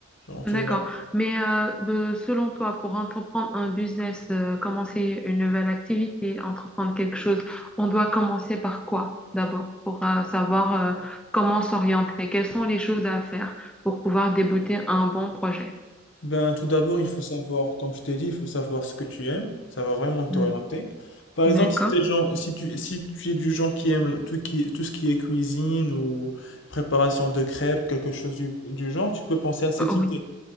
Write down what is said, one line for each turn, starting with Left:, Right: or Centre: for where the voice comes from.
Left: Genre, tu
Centre: D'accord.
Left: vas
Centre: Mais euh, de- selon toi, pour entreprendre un business, euh, commencer une nouvelle activité, entreprendre quelque chose, on doit commencer par quoi d'abord pour euh, savoir euh, comment s'orienter? Quelles sont les choses à faire pour pouvoir débuter un bon projet?
Left: Ben, tout d'abord, il faut savoir, comme je t'ai dit, il faut savoir ce que tu aimes. Ça va vraiment t'orienter.
Centre: Hmm.
Left: Par
Centre: D'accord.
Left: exemple, si t'es genre, si tu, si tu es du genre qui aime tout, qui, tout ce qui est cuisine ou préparation de crêpes, quelque chose du, du genre, tu peux penser à cette
Centre: Euh, Oui,
Left: idée.